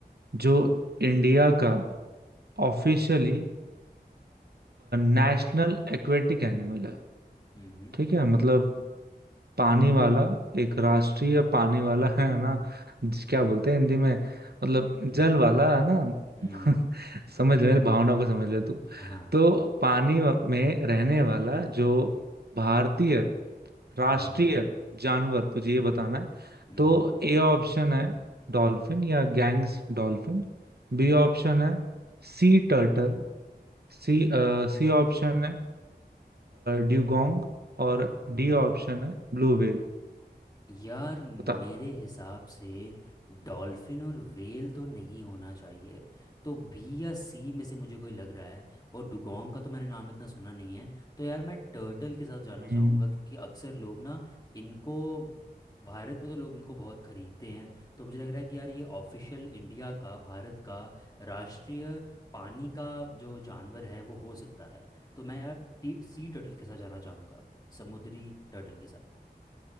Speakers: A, on the right; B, on the left.
A: जो इंडिया का ऑफिशियली नेशनल एक्वेटिक एनिमल है
B: हम्म
A: ठीक है मतलब पानी वाला एक राष्ट्रीय पानी वाला है ना जिस- क्या बोलते हैं हिंदी में मतलब
B: हम्म
A: जल वाला है ना
B: हम्म
A: <laughs> समझ ले मेरी भावना को समझ ले तू
B: हाँ
A: तो पानी व- में रहने वाला जो भारतीय राष्ट्रीय
B: हम्म
A: जानवर तुझे ये बताना है
B: हम्म
A: तो ए ऑप्शन है डॉल्फिन या गैंग्स डॉल्फिन बी ऑप्शन है sea turtle C C option है ड्यूगोंग और
B: हम्म
A: डी ऑप्शन है ब्लू व्हेल
B: यार
A: बता।
B: मेरे हिसाब से डॉल्फिन और व्हेल तो नहीं होना चाहिए तो बी या सी में से मुझे कोई लग रहा है और डुगोंग का तो मैंने नाम इतना सुना नहीं है तो यार मैं टर्टल के साथ जाना
A: हम्म,
B: चाहूँगा क्योंकि अक्सर लोग ना इनको भारत में तो लोग इनको बहुत खरीदते हैं तो मुझे लग रहा है कि यार ये ऑफिशियल इंडिया का भारत का राष्ट्रीय पानी का जो जानवर है वो हो सकता है तो मैं यार टी, सी टर्टल के साथ जाना चाहूँगा समुद्री टर्टल के साथ